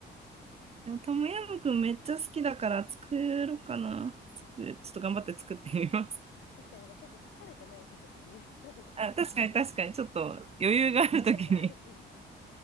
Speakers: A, on the right; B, on the left.
A: でもトムヤムくんめっちゃ好きだから作ろうかな。作、ちょっと頑張って作ってみます。
B: 確かになんかちょっと疲れてない日とかに <laughs>
A: あ、<laughs> 確かに確かに、ちょっと余裕があるときに。
B: 時間に余裕がある日に